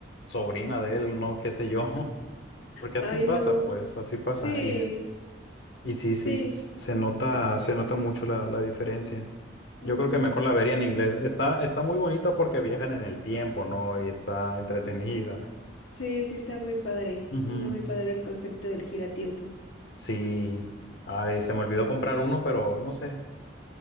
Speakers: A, on the left; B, on the left.
A: sobrina de él, no qué sé yo. <laughs> Porque
B: Ay,
A: así pasa,
B: no.
A: pues, así pasa.
B: Sí,
A: Y Y sí,
B: sí.
A: sí, se nota,
B: Sí,
A: se nota mucho la, la diferencia.
B: ujú.
A: Yo creo que mejor la vería en inglés. Está, está muy bonita porque viajan en el tiempo, ¿no? Y está entretenida.
B: Sí, sí está muy padre.
A: Ujú.
B: Sí está muy padre el concepto del giratiempo.
A: Sí. Ay, se me olvidó comprar uno, pero no sé.